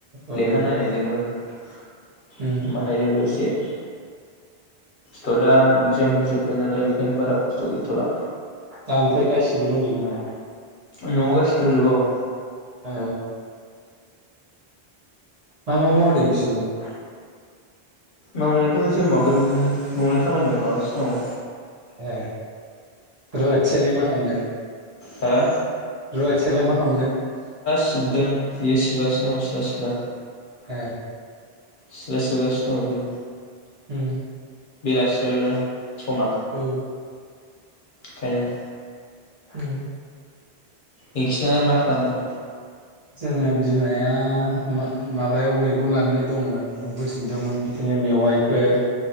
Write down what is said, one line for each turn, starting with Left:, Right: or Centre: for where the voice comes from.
Right: औ
Left: लेखा नायनायजोंबो <unintelligible>
Right: उम
Left: <unintelligible> दा इकजामबो जोब बायनालाय बेखायनो बारा खस्थ' गैथ'ला।
Right: दा ओमफ्राय गासिबो दंजोबो नामा?
Left: न'आव गासिबो दंजोबो औ।
Right: ओ। मा मा मावदों बिसोरलाय? <inaudible>
Left: मावनायाथ' जे मावाखै बिदिनो न'नि खामानि मावलागासिनो दङ।
Right: ए। रुवाथियालाय मा खामदों?
Left: हा?
Right: रुवाथियालाय मा खालामदों?
Left: सिबदों बियो सिबगासिनो दं सिला सिबदों।
Right: ए
Left: सिला सिबगासिनो दङ बेयो।
Right: उम
Left: बेलासिबायबो ना समा।
Right: औ
Left: खायनो
Right: उम
Left: नोंसिनालाय मा खालामदों?
Right: जोंना बिमाया मा माबायाव मैगं लांनो दंमोन बुथुमदोंंमोन बिदिनो मेवाइफोर